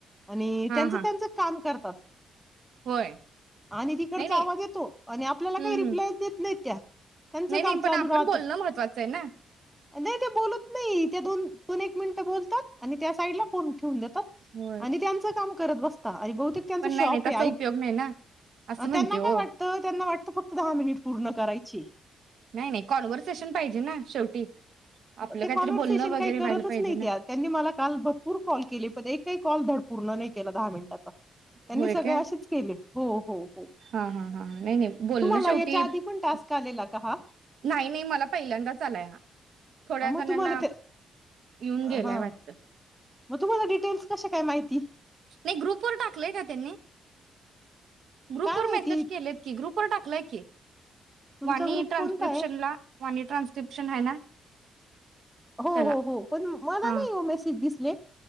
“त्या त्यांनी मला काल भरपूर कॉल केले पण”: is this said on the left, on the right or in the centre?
Centre